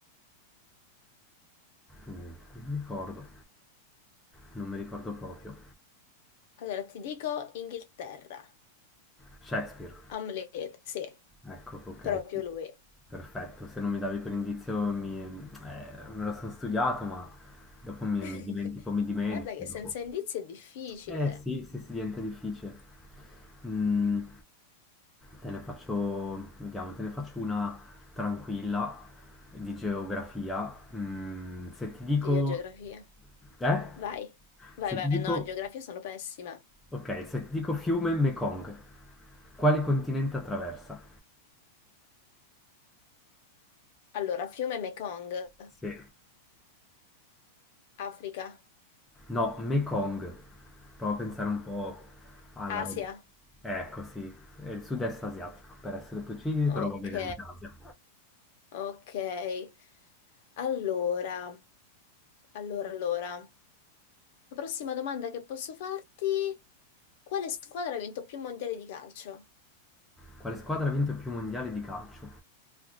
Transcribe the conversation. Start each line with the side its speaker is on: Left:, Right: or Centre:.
Centre: Mm, Non mi ricordo, non mi ricordo proprio.
Left: Allora, ti dico Inghilterra.
Centre: Shakespeare.
Left: Hamlet, sì,
Centre: Ecco, ok,
Left: proprio
Centre: sì.
Left: lui.
Centre: Perfetto, se non mi davi quell'indizio mi, eh, me lo sono studiato, ma dopo mi,
Left: <laughs>
Centre: mi dimentico, mi dimentico.
Left: Guarda che senza
Centre: dopo.
Left: indizi è difficile.
Centre: Eh sì, sì, sì, diventa difficile. Mm, te ne faccio, vediamo, te ne faccio una tranquilla di geografia. Mm, se ti dico...
Left: Dio, geografia.
Centre: Eh?
Left: Vai, vai,
Centre: Se
Left: vai,
Centre: ti dico...
Left: no, in geografia sono pessima.
Centre: Ok, se ti dico fiume Mekong, quale continente attraversa?
Left: Allora, fiume Mekong,
Centre: Sì.
Left: Africa,
Centre: No, Mekong. Prova a pensare un po' alla...
Left: Asia.
Centre: Ecco, sì, è il sud-est asiatico, per essere precisi,
Left: Ok,
Centre: però va bene anche Asia.
Left: ok. Allora, allora, allora. La prossima domanda che posso farti, quale squadra ha vinto più mondiali di calcio?
Centre: Quale squadra ha vinto più mondiali di calcio?